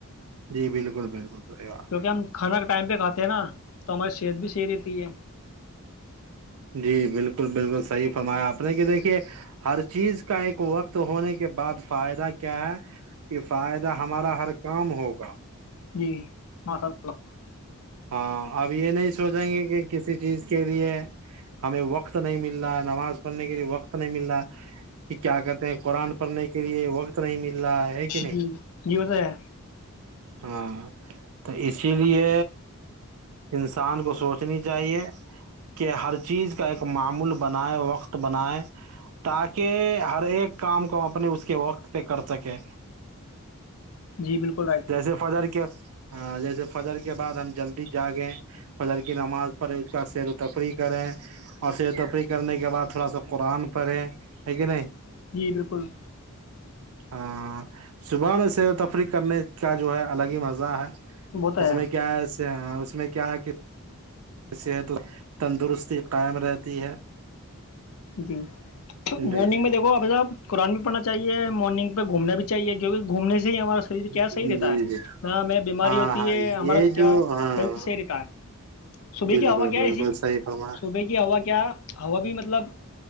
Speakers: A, on the right; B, on the left.
A: جی بالکل بالکل صحیح بات
B: کیونکہ ہم کھانا کے ٹائم پہ کھاتے ہیں نا تو ہماری صحت بھی صحیح رہتی ہے
A: جی بالکل بالکل صحیح فرمایا آپ نے کہ دیکھیے ہر چیز کا ایک وقت ہونے کے بعد فائدہ کیا ہے کہ فائدہ ہمارا ہر کام ہوگا
B: جی ماشاء اللہ
A: ہاں اب یہ نہیں سوچیں گے کہ کسی چیز کے لیے ہمیں وقت نہیں مل رہا ہے نماز پڑھنے کے لیے وقت نہیں مل رہا کہ کیا کہتے ہیں قرآن پڑھنے کے لیے وقت نہیں مل رہا ہے کہ نہیں
B: جی جی ہو تو ہے
A: ہاں تو اس اس لیے انسان کو سوچنی چاہیے کہ ہر چیز کا ایک معمول بنائے وقت بنائے تاکہ ہر ایک کام کو ہم اپنے اس کے وقت پہ کر سکیں
B: جی بالکل رائٹ
A: جیسے فجر کیا ہاں جیس فجر کے بعد ہم جلدی جاگیں فجر کی نماز پڑھیں اس کا سیر و تفریح کریں اور سیر و تفریح کرنے کے بعد تھوڑا سا قرآن پڑھیں ٹھیک ہے نہیں
B: جی بالکل
A: ہاں صبح میں سیر و تفریح کرنے کا جو ہے الگ ہی مزہ ہے
B: وہ تو
A: اس
B: ہے
A: میں کیا اس میں کیا کہ صحت تندرستی قائم رہتی ہے
B: جی تو
A: جی
B: مارننگ میں دیکھو اپ صاحب قرآن بھی پڑھنا چاہیے مارننگ پہ گھوم بھی چاہے کیکہ گھومنے سے ہمارا شریر کیا
A: جی
B: صحیح رہتا ہے
A: جی
B: نہ ہمیں بیماری
A: ہاں
B: ہوتی
A: ہاں
B: ہے
A: یہ
B: ہمارا
A: جو
B: کیا
A: ہاں
B: ہیلتھ صحیح رہتا ہے صبح
A: بالکل
B: کی ہو کیا
A: بالکل
B: ہے ایسی
A: صحیح فرما
B: صبح کی ہوا کیا ہوا بھی مطلب